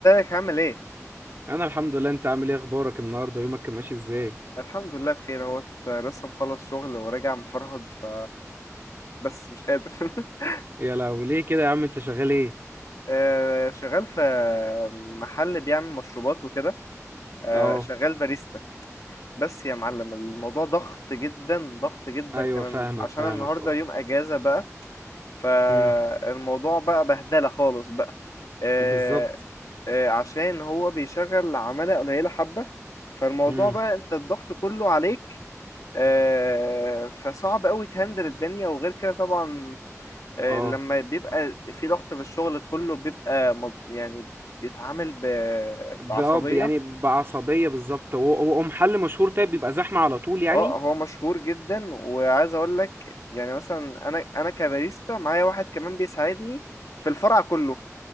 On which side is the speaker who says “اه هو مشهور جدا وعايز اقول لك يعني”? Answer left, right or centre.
Left